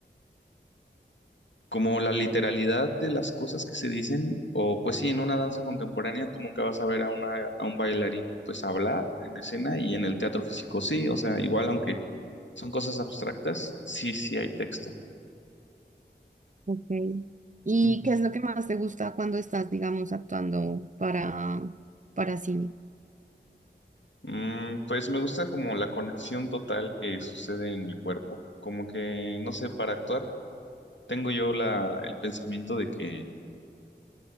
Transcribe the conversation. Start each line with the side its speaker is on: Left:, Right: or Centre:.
Left: como la literalidad de las cosas que se dicen, o pues sí, en una danza contemporánea tú nunca vas a ver a una, a un bailarín pues hablar en escena y en el teatro físico sí, o sea, igual aunque son cosas abstractas, sí, sí hay texto.
Right: Ok. ¿Y
Left: Ujú.
Right: qué es lo que más te gusta cuando estás, digamos, actuando para, para cine?
Left: Mm, pues me gusta como la conexión total que sucede en mi cuerpo, como que, no sé, para actuar tengo yo la, el pensamiento de que